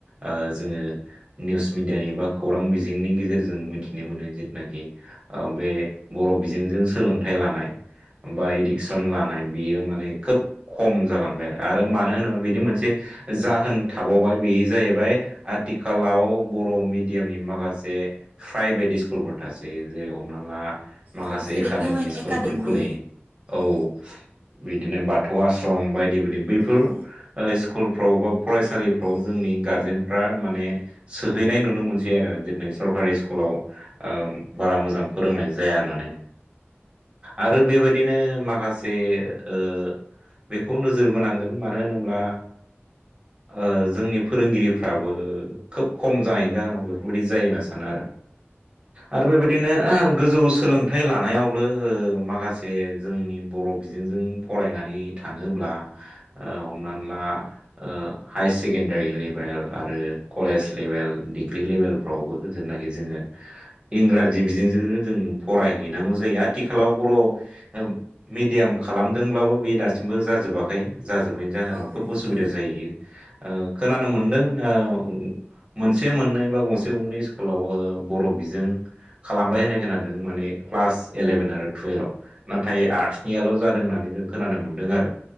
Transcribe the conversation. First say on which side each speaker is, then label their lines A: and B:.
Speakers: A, on the right (about 25°); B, on the right (about 45°).
A: ओ जोङो निउस मिडियानि बा खौरां बिजोंनि गे जेरजों मिथिनो मोनो जेथुनाखि ओ बे बर' बिजोंजों सोलोंथाइ लानाय बा एडुकेसन लानाय बियो माने खोब खम जालांबाय आरो, आरो मानो होनोबाला बेनि मोनसे जाहोन थाबावबाय, बे जाहैबाय आथिखालाव बर' मिडियामनि माखासे प्राइभेट स्कुलफोर थासोयो, जेरै- हमनानै ला माखासे
B: औ जेरै
A: एकाडेमि
B: इउ एन
A: स्कुलफोर
B: एकाडेमि
A: खुलियो औ बिदिनो बाथौ आसश्रम बायदि-बायदि। बैफोर
B: औ
A: ओ स्कुलफ्राव बा फरायसालिफ्राव जोंनि गारजेनफ्रा माने सोहैनाय नुनो मोनसै आरो सरकारि स्कुलाव ओ-बारा मोजां फोरोंनाय जाया होननानै। आरो बेबायदिनो माखासे ओ बेखौ नोजोर बोनांगोन, मानो होनोब्ला ओ-जोंनि फोरोंगिरिफ्राबो खोब खम जानायनि जाहोनाव बेफोरबायदि जायोना सानो आरो। आरो बेबायदिनो ओह गोजौ सोलोंथाइ लानायावबो ओ माखासे जोंनि बर' बर' बिजोंजों फरायनानै थाङोब्ला, ओ हमनानैला ओ हाइस सेकेन्डारि लेभेल आरो कलेज लेभेल, डिग्रि लेभेलफ्राव <unintelligible> जेनाखि जोङो इंराजि बिजोंजोंनो जों फरायहैनांगौ जायो। आथिखालाव बर' ओब-मिडियाम खालामदोंब्लाबो बे दासिमबो जाजोबाखै। जाजोबैनि जाहोनाव
B: औ
A: खोब
B: नोंथां
A: उसुबिदा जाहैयो। ओ-खोनानो मोनदों ओ-मोनसे-मोननै बा गं से-गंनै स्कुलाव ओ बर' बिजों खालामबाय होननाय खोनादों। माने क्लास इलेभेन आरो <unintelligible> टुयेलभाव। नाथाय आर्ट्सनियाल' जादों होननानै जों खोनानो मोनदों आरो